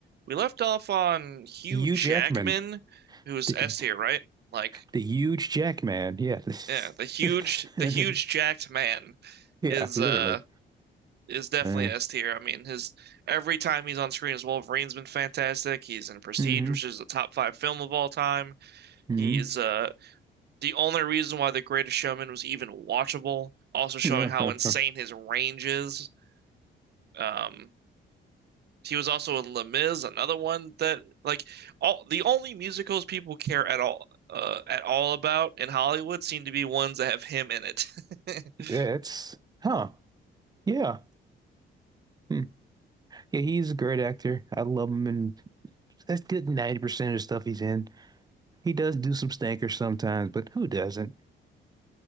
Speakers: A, on the right; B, on the right.
A: We left off on Hugh
B: Hugh
A: Jackman,
B: Jackman,
A: who's
B: the
A: S tier, right? Like,
B: the huge Jackman. Yeah, <laughs>
A: yeah, the huge, the huge jacked man
B: yeah,
A: is
B: literally.
A: uh is definitely
B: Uh,
A: S tier. I mean, his every time he's on screen as Wolverine's been fantastic. He's in Prestige,
B: hmm
A: which is a top five film of all time.
B: hmm
A: He's uh the only reason why The Greatest Showman was even watchable, also showing
B: Yeah,
A: how
B: <laughs>
A: insane
B: Yeah,
A: his range is. Um, He was also in Les Mis, another one that like all the only musicals people care at all uh, at all about in Hollywood seem to be ones that have him in it. <laughs>
B: it's huh. Yeah, Hmm. Yeah, he's a great actor. I love him, and that's good. Ninety percent of the stuff he's in, he does do some stinkers sometimes, but who doesn't?